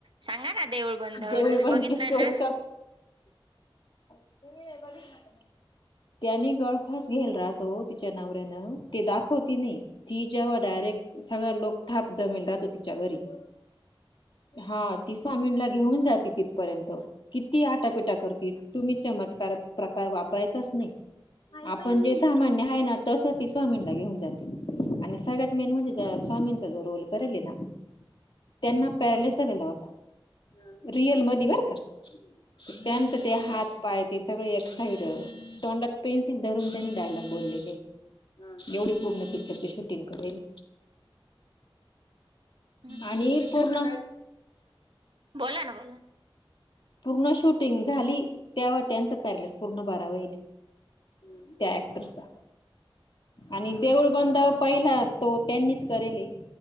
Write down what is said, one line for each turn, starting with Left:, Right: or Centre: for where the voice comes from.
Right: सांगा ना देऊळ बंद
Left: देऊळबाईंची
Right: तुम्ही बघितलाय
Left: स्टोरी
Right: ना
Left: तुम्ही बघितला का नाय त्यानी गळफास घेयल राहतो तिच्या नावऱ्यानं ते दाखवती नाही ती जेव्हा डायरेक्ट सगळ लोक थाप जमेल राहतो तिच्या घरी हा ती स्वामींला घेऊन जाते तिथपर्यंत किती आटापिटा करती. तुम्ही चमत्कार प्रकार वापरायचाच नाही आपण जे सामान्य आहे ना तस ती स्वामींना घेऊन जाते आणि सगळ्यात मेन म्हणजे ज्या स्वामींचा जो रोल करेलेय ना ना त्यांना पॅरिलीस झालेला होता रिअल मधी बर का त त्यांच
Right: हम्म
Left: ते हात पाय ते सगळे एक साईड तोंडात पेन्सिल धरून त्यांनी डायलॉग बोललेले एवढी पूर्ण पिक्चरचे शूटिंग करेलंय.
Right: हम्म
Left: आणि
Right: हम्म
Left: पूर्ण
Right: बोला ना बोला
Left: पूर्ण शूटिंग झाली तेव्हा त्यांचा पॅरलेस पूर्ण बरा वहिले त्या ऍक्टरचा आणि देऊळबंद पहिला तो त्यांनीच करेले.